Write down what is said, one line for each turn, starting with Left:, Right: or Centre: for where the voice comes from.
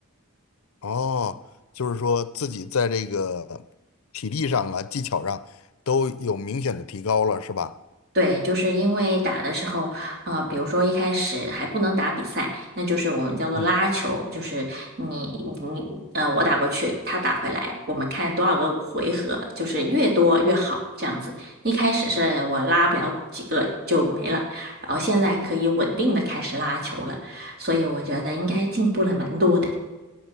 Left: 哦，就是说自己在这个体力上啊、技巧上都有明显的提高了，是吧？
Right: 对，就是因为打的时候，呃，比如说一开始还不能打比赛，那就是我们叫做拉球，
Left: 嗯，
Right: 就是你你呃，我打过去，他打回来，我们看多少个回合，就是越多越好这样子。一开始是我拉不了几个就没了，然后现在可以稳定的开始拉球了，所以我觉得应该进步了蛮多的。